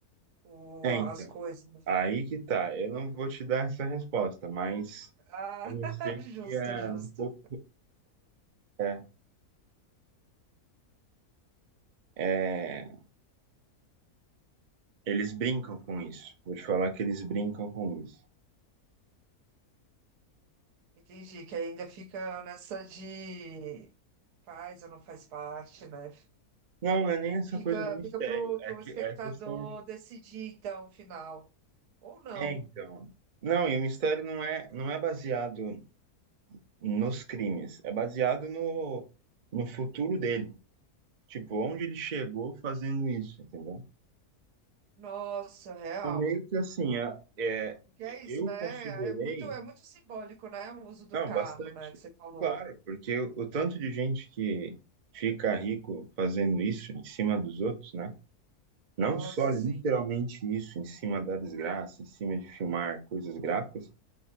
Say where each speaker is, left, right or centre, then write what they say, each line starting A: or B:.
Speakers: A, on the right; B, on the right.
A: o,
B: É,
A: as
B: então,
A: coisas.
B: aí que tá. Eu não vou te dar essa resposta, mas
A: Ah,
B: vamos
A: <laughs>
B: dizer
A: justo,
B: que é
A: justo.
B: um pouco. É, é, eles brincam com isso. Vou te falar que eles brincam com isso.
A: Entendi, que ainda fica nessa de faz ou não faz parte, né?
B: Não, não é nem essa
A: Fica,
B: coisa do mistério,
A: fica pro,
B: é
A: pro
B: que
A: espectador
B: é a questão de
A: decidir, então, o final. Ou não.
B: é então. Não, e o mistério não é não é baseado nos crimes, é baseado no no futuro dele, tipo, onde ele chegou fazendo isso, entendeu?
A: Nossa, real.
B: Então meio que assim, a- é,
A: Porque é
B: eu
A: isso, né?
B: considerei,
A: É muito, é muito simbólico, né? O uso do
B: não,
A: carro,
B: bastante.
A: né? Que você falou.
B: Claro, porque o, o tanto de gente que fica rico fazendo isso em cima dos outros, né? Não
A: Nossa,
B: só literalmente
A: sim.
B: isso, em cima da desgraça, em cima de filmar coisas gráficas,